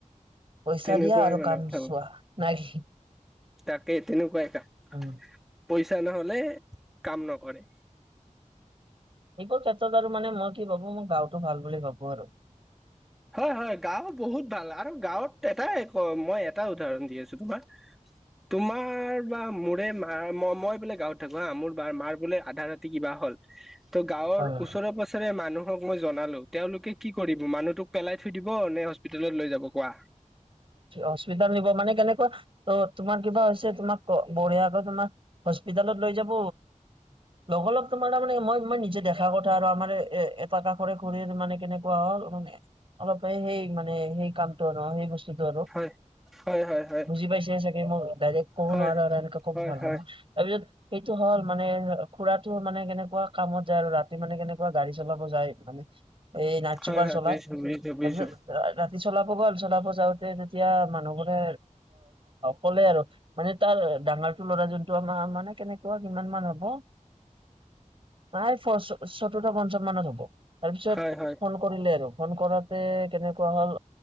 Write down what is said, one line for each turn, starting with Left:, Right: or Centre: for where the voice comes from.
Right: পইচা
Centre: তেনেকুৱাই
Right: দিয়া আৰু
Centre: মানে
Right: কাম
Centre: কথা
Right: চোৱা নাই
Centre: তাকে তেনেকুৱাই কাম।
Right: উম।
Centre: পইচা নহ'লে কাম নকৰে।
Right: এইকন ক্ষেত্ৰত আৰু মানে মই কি ভাবোঁ মোৰ গাঁওটো ভাল বুলি ভাবোঁ আৰু
Centre: হয়, হয়, গাঁও বহুত ভাল আৰু গাঁৱত এটাই ক মই এটা উদাহৰণ দি আছোঁ তোমাক, তোমাৰ বা মোৰে মা মা মই বোলে গাঁৱত থাকোঁ হা মোৰ মাৰ বোলে আধা ৰাতি কিবা হ'ল তোৰ গাঁৱৰ
Right: হয়
Centre: ওচৰৰে
Right: হয়।
Centre: পাজৰে মানুহক মই জনালোঁ। তেওঁলোকে কি কৰিব মানুহটোক পেলাই থৈ দিব নে হস্পিতেলত লৈ যাব কোৱা?
Right: হস্পিতাল নিব মানে কেনেকৈ অ' তোমাৰ কিবা হৈছে তোমাক বঢ়িয়াকৈ তোমাক হস্পিতালত লৈ যাব। লগৰ লগ তোমাৰ তাৰ মানে মই মই নিজে দেখা কথা আৰু আমাৰ এ এটা কাষৰে ঘৰেৰ মানে কেনেকে বহল অলপ সেই মানে সেই কামতো আৰু সেই বস্তুতো আৰু
Centre: হয় হয় হয় হয়
Right: বুজি পাইছে চাগে? মোক ডাইৰেক্ট ক'ব
Centre: হয়
Right: নোৱাৰা আৰু এনেকে ক'ব
Centre: হয়
Right: ভাল
Centre: হয়
Right: নহয়। তাৰপিছত সেইটো হ'ল, মানে খুৰাটো মানে কেনেকুৱা কামত যায় আৰু ৰাতি মানে কেনেকুৱা গাড়ী চলাব যায় মানে, এই নাইট চুপাৰ
Centre: হয় হয়
Right: চলাই।
Centre: বুজিছো বুজিছো বুজিছো
Right: তাৰপিছত যদি চলাব গ'ল, চলাব যাওঁতে তেতিয়া মানুহবোৰে ক'লে আৰু মানে তাৰ ডাঙৰটো ল'ৰা জোনটো আমাৰ মানে কেনেকুৱা কিমান মান হ'ব? প্ৰায় ফৰ চতুৰ্থ পঞ্চম মানত হ'ব। তাৰপিছত
Centre: হয় হয়
Right: ফোন কৰিলে আৰু ফোন কৰাতে কেনেকুৱা হ'ল।